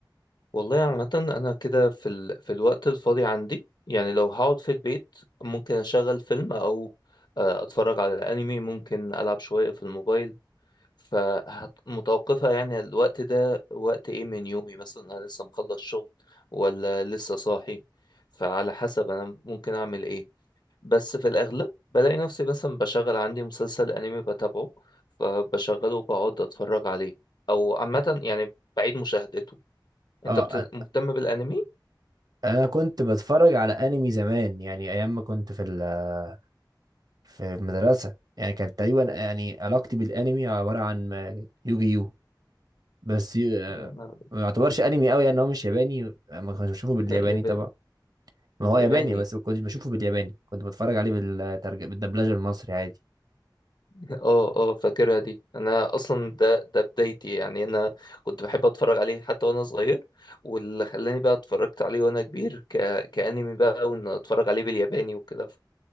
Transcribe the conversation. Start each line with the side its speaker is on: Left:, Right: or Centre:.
Left: والله عامة انا كده في ال... في الوقت الفاضي عندي يعني لو هقعد في البيت ممكن اشغل فيلم او آه، اتفرج على انمي ممكن العب شوية في الموبايل فمتوقفة يعني الوقت ده وقت ايه من يومي مثلا انا لسه مخلص شغل ولا لسه صاحي فعلى حسب انا ممكن اعمل ايه بس في الأغلب بلاقي نفسي مثلا بشغل عندي مسلسل أنمي بتابعه فبشغله وبقعد أتفرج عليه أو عامة يعني بعيد مشاهدته
Right: اه
Left: أنت بت... مهتم بالأنمي؟
Right: انا كنت بتفرج على انمي زمان يعني ايام ما كنت في ال- في المدرسه يعني كانت تقريبا يعني علاقتي بالانمي عباره عن يوجي يو بس يو-
Left: يا نهار
Right: ما يعتبرش انمي قوي يعني هو مش ياباني ما كنتش بشوفه بالياباني
Left: لا ياباني
Right: طبعا ما هو
Left: ياباني
Right: ياباني بس
Left: <laughs>
Right: ما كنتش بشوفه بالياباني كنت بتفرج عليه بالترجمه بالدبلجه المصري عادي
Left: اه اه فاكرها دي انا اصلا ده ده بدايتي يعني انا كنت بحب اتفرج عليه حتى وانا صغير واللي خلاني بقى اتفرجت عليه وانا كبير ك... كأنمي بقى وان اتفرج عليه بالياباني وكده